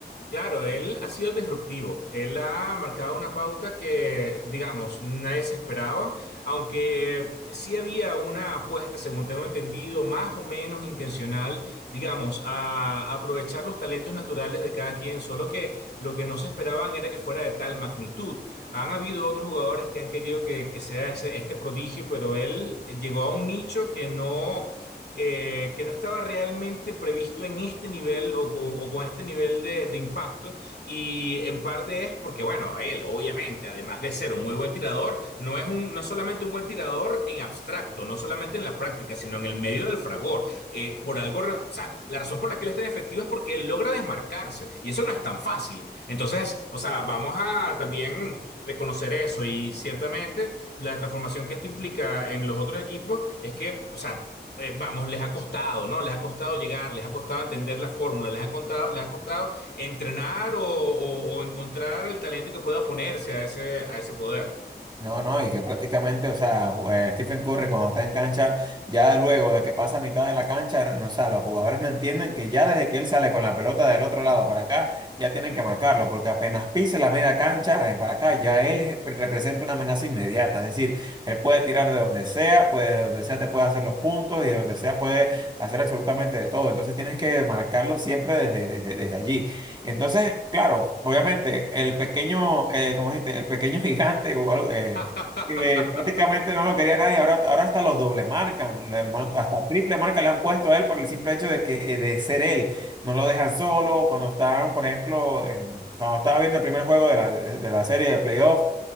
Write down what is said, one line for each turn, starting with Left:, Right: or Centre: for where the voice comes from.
Left: Claro, él ha sido disruptivo. Él ha marcado una pauta que, digamos, nadie se esperaba, aunque sí había una apuesta, según tengo entendido, más o menos intencional, digamos, a aprovechar los talentos naturales de cada quien, solo que lo que no se esperaban era que fuera de tal magnitud. Han habido otros jugadores que han querido que, que sea ese- este prodigio, pero él llegó a un nicho que no eh, que no estaba realmente previsto en este nivel o, o- o con este nivel de, de impacto. Y en parte es porque, bueno, él obviamente, además de ser un muy buen tirador, no es un, no es solamente un buen tirador en abstracto, no solamente en la práctica, sino en el medio del fragor. Eh, por algo, ra- o sea, la razón por la que él es tan efectivo es porque él logra desmarcarse y eso no es tan fácil. Entonces, o sea, vamos a también reconocer eso y ciertamente la transformación que esto implica en los otros equipos es que, o sea, eh, vamos, les ha costado, ¿no? Les ha costado llegar, les ha costado entender la fórmula, les ha contado, les ha costado entrenar o, o- o encontrar el talento que pueda oponerse a ese, a ese poder.
Right: No, no, y que prácticamente, o sea, ju- eh, Stephen Curry cuando está en cancha, ya luego de que pasa mitad de la cancha, no, o sea, los jugadores no entienden que ya desde que él sale con la pelota del otro lado para acá, ya tienen que marcarlo, porque apenas pise la media cancha eh, para acá, ya él es- representa una amenaza inmediata, es decir, él puede tirar de donde sea, puede, de donde sea te puede hacer los puntos y de donde sea puede hacer absolutamente de todo, entonces tienes que marcarlo siempre desde, desde, desde allí. Entonces, claro, obviamente, el pequeño, eh, ¿cómo dijiste? El pequeño <laughs> gigante, o algo, eh,
Left: <laughs>
Right: que prácticamente no lo quería nadie, ahora, ahora hasta los doble marcan, le mar- hasta triple marca le han puesto a él por el simple hecho de que eh, de ser él. No lo dejan solo, cuando estaban, por ejemplo, en- cuando estaba viendo el primer juego de la, de, de la serie de playoff,